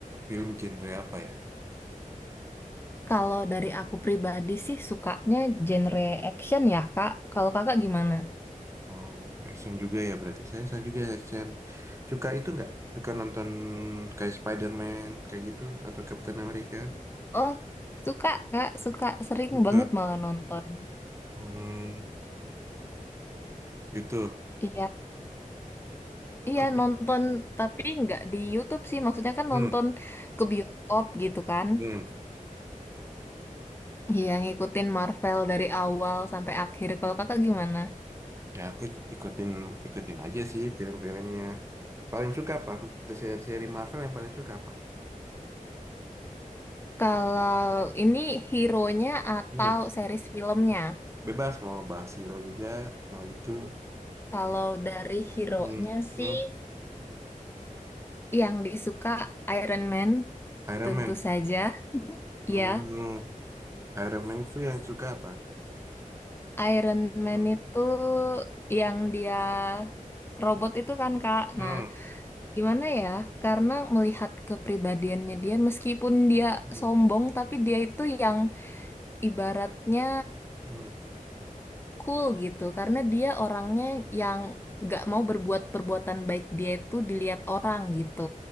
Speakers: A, on the right; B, on the left.
A: film genre apa ya?
B: Kalau dari aku pribadi sih sukanya genre action ya Kak. Kalau Kakak gimana?
A: Oh, action juga ya berarti. Saya saya juga action. Suka itu nggak? Suka nonton kayak Spider-Man kayak gitu atau Captain America?
B: Oh, suka Kak, suka sering
A: Suka.
B: banget malah nonton.
A: Hmm, gitu.
B: Iya, iya
A: Ko-
B: nonton tapi nggak di YouTube sih. Maksudnya kan
A: Hmm,
B: nonton ke bioskop gitu kan.
A: hmm.
B: Iya, ngikutin Marvel dari awal sampai akhir. Kalau kakak gimana?
A: Ya aku ikutin ikutin aja sih film-filmnya. Paling suka apa? Dari seri-seri Marvel yang paling suka apa?
B: Kalau ini hero-nya atau
A: Hmm.
B: series filmnya?
A: Bebas mau bahas hero juga, mau itu.
B: Kalau dari hero-nya
A: Hmm. Hmm.
B: sih yang disuka Iron Man
A: Iron
B: tentu
A: Man.
B: saja.
A: Hmm.
B: Ya,
A: Iron Man itu yang suka apa?
B: Iron Man
A: Hmm.
B: itu yang dia robot itu kan Kak.
A: Hmm.
B: Nah, gimana ya? Karena melihat kepribadiannya dia meskipun dia
A: Hmm.
B: sombong tapi dia itu yang ibaratnya
A: Hmm.
B: cool gitu karena dia orangnya yang gak mau berbuat perbuatan baik dia itu dilihat orang gitu